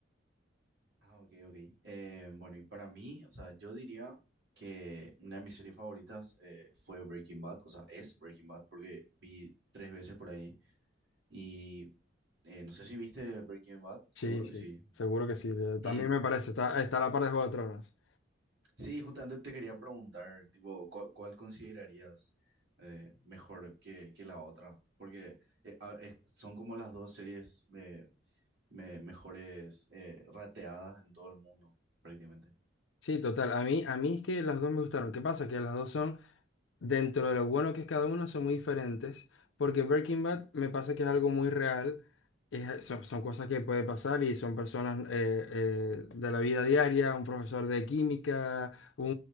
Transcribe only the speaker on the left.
Sí,
sí,
seguro que sí. de- También
me parece, está, está a la par de Juego de Tronos.
Sí, total. A mí, a mí es que las dos me gustaron. ¿Qué pasa? Que las dos son dentro de lo bueno que es cada una, son muy diferentes, porque Breaking Bad me pasa que es algo muy real, es- son, son cosas que pueden pasar y son personas eh, eh, de la vida diaria, un profesor de química, un,